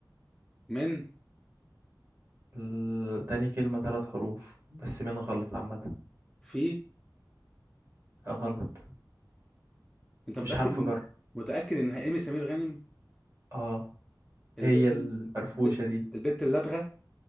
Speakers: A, in the centre; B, on the right.
A: من
B: ال- تاني كلمة ثلاث حروف بس من غلط عامة
A: في
B: غلط
A: انت متأكد
B: مش حرف جر
A: ان متأكد انها ايمي سمير غانم
B: اه
A: البت
B: هي الفرفوشة
A: البت
B: دي
A: البت اللدغة